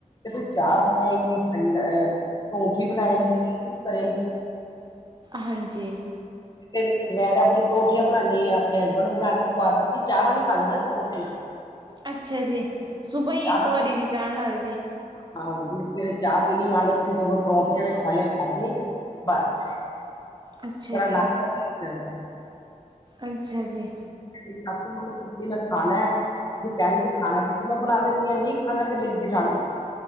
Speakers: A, on the left (about 30°); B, on the right (about 30°).
A: ਕਦੋ ਚਾਹ ਬਨਾਏਂਗੀ ਠੰਡ ਅ ਪਰੌਂਠੀ ਬਨਾਏਗੀ ਕੀ ਕੁਛ ਕਰੇਂਗੀ।
B: ਹਾਂਜੀ।
A: ਤੇ ਮੈਂ ਤਾਂ ਆਪਨੀ ਪਰੌਠੀਆਂ ਬਨਾਨੀ ਆਂ ਅਪਨੇ ਹਸਬੈਂਡ ਨੂੰ ਬਨਾ ਕੇ ਖ਼ਵਾਤਾ ਅਸੀਂ ਚਾਹ ਨਾਲ ਈ ਖਾ ਲੈਂਦੇ ਨਾ ਪਰੋਠੇ।
B: ਅੱਛਾ ਜੀ, ਸੁਬਾਹ ਈ ਇੱਕ
A: ਨਾਲ
B: ਵਾਰੀ ਦੀ ਚਾਹ ਨਾਲ ਜੀ।
A: ਹਾਂ ਜਿਵੇਂ ਸਵੇਰੇ ਚਾਹ ਪੀਨੀ ਨਾਲੇ ਕਿ ਦੋ ਦੋ ਪਰੌਂਠੇ ਜੇੜੇ ਖਾਨੇ ਖਾਧੇ ਬਸ।
B: ਅੱਛਾ
A: ਥੋੜਾ ਨਾਸ਼ਤਾ
B: ਜੀ,
A: ਚੱਲਦਾ
B: ਅੱਛਾ ਜੀ।
A: ਤੇ ਸੱਸੂ ਮਾਂ ਨੂੰ ਪੁੱਛਦੀ ਮੈਂ ਖਾਨਾ ਐ। ਜੇ ਕੈਨਗੇ ਖਾਨਾ ਫੇਰ ਤੇ ਮੈਂ ਬਣਾ ਦਿੰਦੀ ਹਾਂ ਨਹੀਂ ਖਾਣਾ ਫਿਰ ਮੇਰੀ ਜਠਾਣੀ